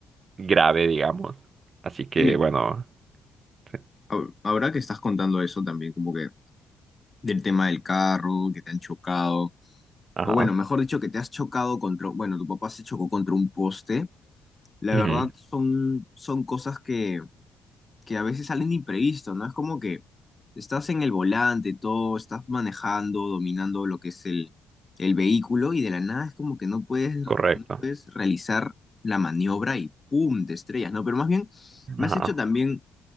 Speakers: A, on the right; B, on the left.
A: grave, digamos. Así que
B: Mi-
A: bueno, sí.
B: ahor- ahora que estás contando eso también, como que del tema del carro, que te han chocado.
A: Ajá.
B: O bueno, mejor dicho, que te has chocado contra, bueno, tu papá se chocó contra un poste. La
A: Ujú.
B: verdad son, son cosas que, que a veces salen imprevisto, ¿no? Es como que estás en el volante, todo, estás manejando, dominando lo que es el, el vehículo y de la nada es como que no puedes, no
A: Correcto.
B: puedes realizar la maniobra y ¡pum! te estrellas, ¿no? Pero más bien me
A: Ajá.
B: has hecho también